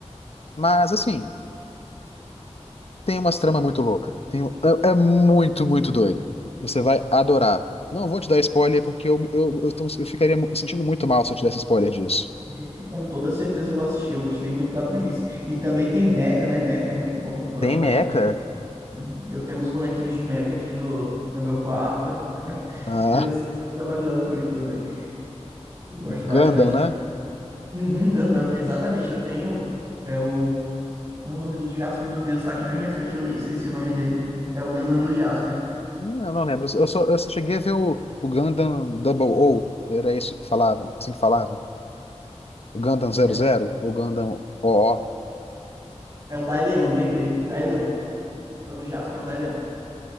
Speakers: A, on the left; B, on the right.
A: Mas, assim, Tem umas tramas muito loucas. Tem, um- é, é muito, muito doido. Você vai adorar. Não vou te dar spoiler porque eu, eu, eu, tô- eu ficaria mu- sentindo muito mal se eu te desse spoiler disso.
B: Esse com toda certeza eu vou assistir, eu gostei muito da premissa. E também tem Mecha, né? Mecha é muito bom, eu gosto
A: Tem
B: bastante.
A: meca?
B: Uhum. Eu tenho uns bonequinhos de Mecha aqui do, no meu quarto. <laughs>
A: Ah,
B: Eu, eu sou muito apaixonado por isso também. Eu gosto
A: Gundam,
B: bastante.
A: né?
B: Uhum, Gundam, exatamente. Eu tenho é, o Mas o nome do Jaspion, meu Deus, tá aqui na minha frente, eu le- esqueci o nome dele. É o Gundam do Jaspion.
A: Hum, eu não lembro. Eu só, eu só cheguei a ver o, o Gundam Double O. Era isso que falavam, assim que falavam. O Gundam zero
B: É o,
A: zero, o Gundam O O.
B: é o Daileon, lembrei. Daileon. É o do Jaspion Daileon.